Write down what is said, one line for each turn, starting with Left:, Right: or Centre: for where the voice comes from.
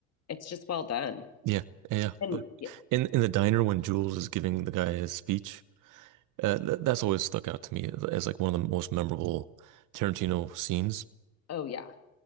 Left: it's just well done.
Right: Yeah. Yeah.
Left: And
Right: But
Left: yeah,
Right: in in the diner when Jules is giving the guy his speech, uh, th that's always stuck out to me as, as like one of the most memorable Tarantino scenes.
Left: oh yeah.